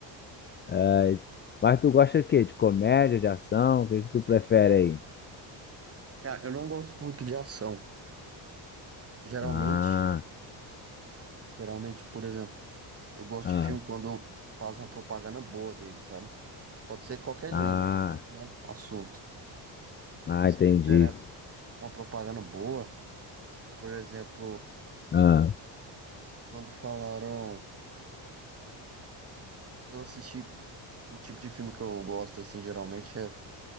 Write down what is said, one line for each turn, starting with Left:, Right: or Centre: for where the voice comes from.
Left: É, mas tu gosta de quê? De comédia, de ação? O que que tu prefere aí?
Right: Cara, eu não gosto muito de ação. Geralmente,
Left: Ah,
Right: geralmente, por exemplo, eu gosto
Left: ah,
Right: de filme quando faz uma propaganda boa dele, sabe? Pode ser qualquer
Left: ah,
Right: gênero, qualquer assunto.
Left: ah,
Right: Mas
Left: entendi.
Right: se fizer uma propaganda boa. Por exemplo,
Left: Ah,
Right: quando falaram, eu assisti o tipo de filme que eu gosto, assim, geralmente é